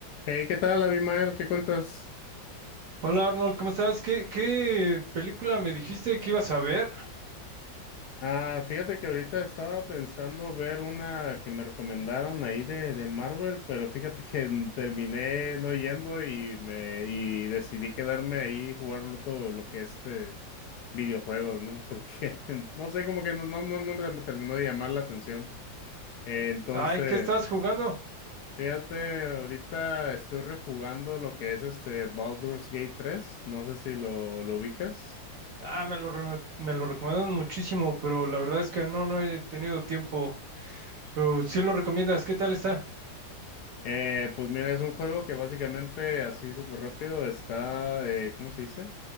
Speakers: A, on the left; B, on the right.
A: Hey, ¿qué tal, Abimael? ¿Qué cuentas?
B: Hola Arnold, ¿cómo estás? ¿Qué, qué película me dijiste que ibas a ver?
A: Ah, fíjate que ahorita estaba pensando ver una que me recomendaron ahí de, de Marvel, pero fíjate que <laughs> terminé no yendo y me y decidí quedarme ahí jugando todo lo que es este videojuegos, ¿no? Porque <laughs> no sé, como que no, no, no, no me terminó de llamar la atención. Eh, entonces,
B: Ay, ¿qué estás jugando?
A: fíjate, ahorita estoy rejugando lo que es este Baldur's Gate tres. no sé si lo, lo ubicas.
B: Ah, me lo, re- me lo recomendaron muchísimo, pero la verdad es que no, no he tenido tiempo. Pero sí lo recomiendas, ¿qué tal está?
A: Eh, pues mira, es un juego que básicamente así súper rápido está, eh, ¿cómo se dice?